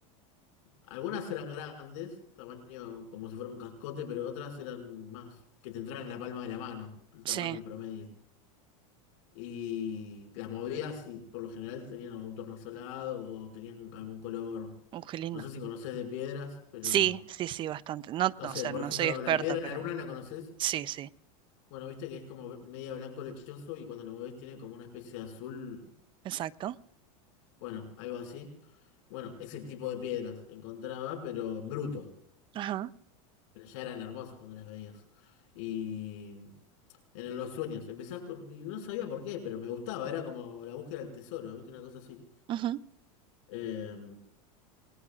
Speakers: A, on the left; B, on the right.
A: algunas eran grandes, tamaño como si fuera un cascote, pero otras eran más, que te entraran en la palma de la mano, el
B: sí,
A: tamaño promedio. Y las movías y por lo general tenían un tornasolado o tenían algún color.
B: uh, qué lindo.
A: No sé si conoces de piedras, pero
B: Sí, sí, sí, bastante. No,
A: no
B: no,
A: sé,
B: o sea,
A: por
B: no
A: ejemplo,
B: soy experta,
A: la piedra de
B: pero
A: la luna, ¿la conoces?
B: sí, sí,
A: Bueno, viste que es como media blanco lechoso y cuando lo mueves tiene como una especie de azul,
B: exacto.
A: bueno, algo así. Bueno, ese tipo de piedras encontraba, pero en bruto.
B: Ajá,
A: Pero ya eran hermosas cuando las veías. Y en los sueños, empezás con... Y no sabía por qué, pero me gustaba, era como la búsqueda del tesoro, viste, una cosa así.
B: ujú,
A: Eh,